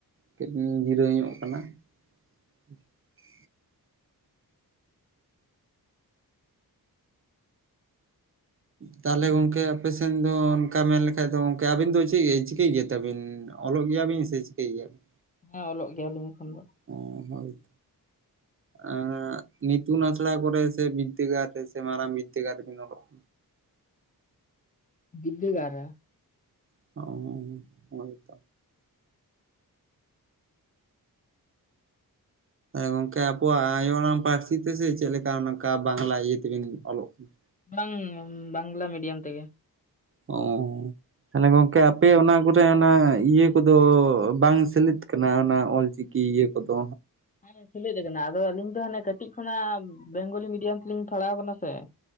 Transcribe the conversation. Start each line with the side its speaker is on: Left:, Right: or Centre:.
Right: ᱠᱟᱹᱡ ᱞᱤᱧ ᱡᱤᱨᱟᱹᱣ ᱵᱟᱲᱟ ᱧᱚᱜ ᱠᱟᱱᱟ᱾ <unintelligible> ᱛᱟᱦᱚᱞᱮ ᱜᱚᱝᱠᱮ ᱟᱯᱮ ᱥᱮ ᱥᱮᱱ ᱫᱚ ᱚᱱᱠᱟ ᱢᱮᱱ ᱞᱮᱠᱷᱟᱡ ᱫᱚ ᱜᱚᱝᱠᱮ ᱟᱹᱵᱤᱱ ᱫᱚ ᱪᱮᱜ ᱪᱤᱠᱟᱹᱭ ᱜᱮᱭᱟ ᱛᱮᱵᱤᱱ? ᱚᱞᱚᱜ ᱜᱮᱭᱟᱵᱤᱱ ᱥᱮ ᱪᱤᱠᱟᱹᱭ ᱜᱮᱭᱟᱵᱤᱱ?
Left: ᱦᱮᱸ ᱚᱞᱚᱜ ᱜᱮᱭᱟ ᱞᱤᱧ ᱮᱠᱷᱚᱱ ᱫᱚ ᱾
Right: ᱚ ᱦᱳᱭ᱾
Left: <inaudible>
Right: ᱟ ᱱᱤᱛᱩᱱᱟ ᱟᱥᱲᱟ ᱠᱚ ᱥᱮ ᱵᱤᱫᱫ ᱜᱴ ᱥᱮ ᱢᱟᱨᱟᱢ ᱵᱤᱫᱽᱫᱟ ᱜᱟᱲ ᱨᱮ ᱵᱤᱱ ᱚᱞᱚᱜᱼᱟ?
Left: ᱵᱤᱫᱽᱫᱟᱹ ᱜᱟᱲ ᱨᱮ ᱾
Right: ᱚᱻ ᱜᱚᱝᱠᱮ ᱟᱵᱚᱣᱟᱜ ᱟᱭᱳ ᱟᱲᱟᱝ ᱯᱟᱹᱨᱥᱤ ᱛᱮᱥᱮ ᱪᱮᱫ ᱞᱮᱠᱟ ᱱᱚᱝᱠᱟ ᱵᱟᱝᱞᱟ ᱤᱭᱟᱹ ᱛᱮᱵᱤᱱ ᱚᱞᱚᱜ ᱠᱟᱱᱟ?
Left: ᱵᱟᱝ ᱵᱟᱝᱞᱟ ᱢᱤᱰᱤᱭᱟᱢ ᱛᱮᱜᱮ ᱾
Right: ᱚᱻ ᱛᱟᱦᱚᱞᱮ ᱜᱚᱝᱠᱮ ᱟᱯᱮ ᱚᱱᱟ ᱠᱚᱨᱮ ᱚᱱᱟ ᱤᱭᱟᱹ ᱠᱚᱫᱚ ᱵᱟᱝ ᱥᱮᱞᱮᱫ ᱠᱟᱱᱟ ᱚᱱᱟ ᱚᱞ ᱪᱤᱠᱤ? ᱤᱭᱟᱹ ᱠᱚᱫᱚ᱾
Left: ᱦᱮᱸ ᱥᱮᱞᱮᱫ ᱠᱟᱱᱟ ᱟᱫᱚ ᱟᱹᱞᱤᱧ ᱫᱚ ᱦᱟᱱᱮ ᱠᱟᱹᱴᱤᱡ ᱠᱷᱚᱱᱟᱜ ᱵᱮᱝᱜᱚᱞᱤ ᱢᱤᱰᱤᱭᱟᱢ ᱛᱮᱞᱤᱧ ᱯᱟᱲᱟᱣ ᱠᱟᱱᱟ ᱥᱮ ᱾